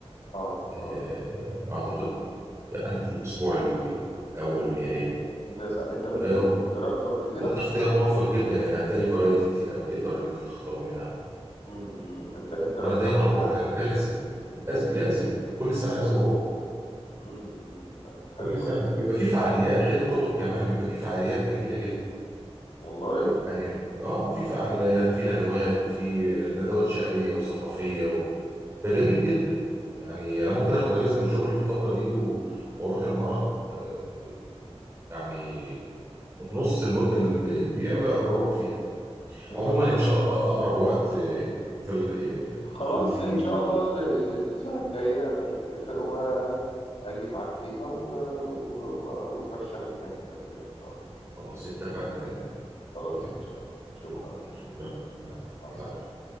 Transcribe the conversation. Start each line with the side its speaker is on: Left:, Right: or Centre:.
Left: اه
Right: آه،
Left: اه
Right: اعتقد يعني في الأسبوع الأول من يناير
Left: انت انت س- انت ممكن
Right: آه،
Left: انت رحت قبل كده
Right: وده اختيار موفق جدا يعني هتلاقي فرايتي كتير أوي تقدر إن أنت تختار منها
Left: امم انت انت
Right: وأنا
Left: رحت
Right: دايما
Left: قبل
Right: أروح
Left: كده
Right: أنا لازم لازم لازم كل سنة لازم أروح
Left: امم طب دي حاجه
Right: كل
Left: كويسه
Right: سنة
Left: جدا
Right: بيبقى في فعاليات غير الكتب كمان بيبقى في فعاليات جميلة جدا
Left: والله
Right: يعني آه في فعاليات في ندوات وفي ندوات شعرية وثقافية و... بيبقى جميل جدا يعني أنا ممكن آخد أجازة من شغلي في الفترة دي و... وأروح المعرض آه، يعني نص المدة اللي بيها ب- بروح فيها
Left: امم
Right: عموما ان شاء الله اقرب وقت في ال...
Left: خلاص
Right: يكون فيه
Left: إن شاء الله ال- ال- السنة الجاية هنتفق وأجي معاك فيها و... و... و... وترشح لي كام كتاب كده إن شاء الله
Right: خلاص اتفقنا تمام
Left: خلاص
Right: تمام
Left: إن شاء الله شكرا
Right: شكرا شكرا
Left: شكرا
Right: العفو
Left: مع السلامة
Right: العفو